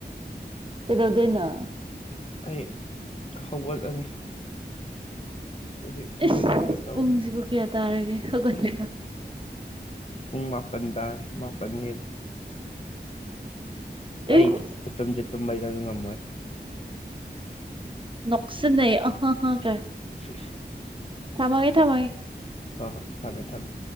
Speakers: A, on the right; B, on the left.
A: ꯀꯗꯧꯗꯅ
B: ꯑꯩ ꯍꯧꯒꯠꯂꯅꯤ ꯑꯗꯨꯒꯤ ꯊꯕꯛ
A: ꯏꯁꯁ
B: ꯏꯪꯈꯥꯡ ꯈꯔ ꯇꯧꯒꯦ
A: ꯄꯨꯡꯁꯤꯕꯨ ꯀꯌꯥ ꯇꯥꯔꯒꯦ ꯍꯧꯀꯠꯣ
B: ꯎꯨꯡ ꯃꯥꯄꯟꯗꯔ ꯃꯥꯄꯟ ꯌꯦꯜ ꯑꯩ
A: ꯏꯁ
B: ꯇꯨꯝꯁꯦ ꯇꯨꯝꯕꯩꯗꯁꯨ ꯉꯝꯃꯣꯏ
A: ꯅꯁꯤ ꯅ ꯑꯍ ꯑꯍꯥ ꯀ
B: <unintelligible>
A: ꯊꯝꯃꯒꯦ ꯊꯃꯒꯦ
B: ꯍ ꯍꯣ ꯊꯝꯃꯦ ꯊꯝꯃꯦ